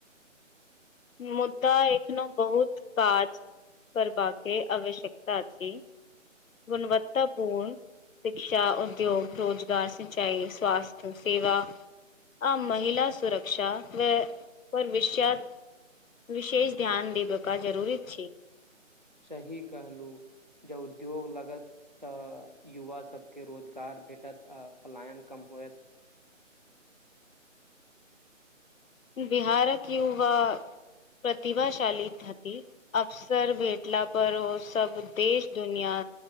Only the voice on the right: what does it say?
सही कहलू जब उद्योग लगत तऽ युवा सबके रोजगार भेटत आ पलायन कम होयत